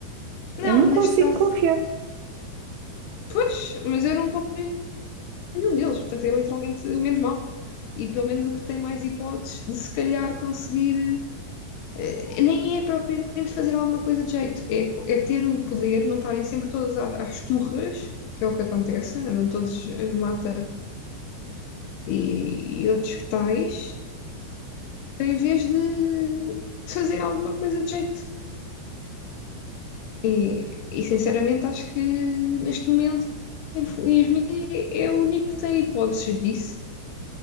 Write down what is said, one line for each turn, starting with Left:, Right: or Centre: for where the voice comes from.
Left: não,
Right: Eu não consigo
Left: neste caso,
Right: confiar.
Left: pois, mas eu não confio em nenhum deles. Portanto, é literalmente o menos mau. E pelo menos o que tem mais hipóteses de se calhar conseguir. Eh, nem é propriamente fazer alguma coisa de jeito, é, é ter o poder, não estarem sempre todas à- às turras, que é o que acontece, andam todos eh, mata e, e outros tais, em vez de, de fazer alguma coisa de jeito. E, e, sinceramente acho que neste momento, infelizmente, é é o único que tem hipóteses disso,